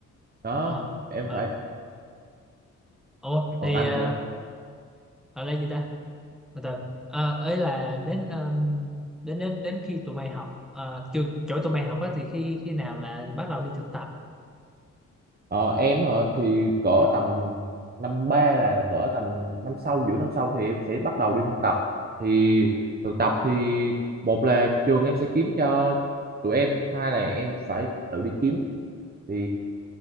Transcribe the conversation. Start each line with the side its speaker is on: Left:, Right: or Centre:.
Right: đó
Centre: ờ
Right: em
Centre: ừ
Right: phải
Centre: ủa
Right: còn
Centre: thì
Right: anh
Centre: ờ,
Right: sao
Centre: gọi là gì ta từ từ. Ờ, ấy là đến um, đến đến đến khi tụi mày học ờ, trường chỗ tụi mày học á thì khi khi nào là bắt đầu đi thực tập
Right: ờ, em hả thì cỡ tầm năm ba là cỡ tầm năm sau giữa năm sau thì em sẽ bắt đầu đi thực tập thì thực tập thì một là trường em sẽ kiếm cho tụi em hai là em phải tự đi kiếm thì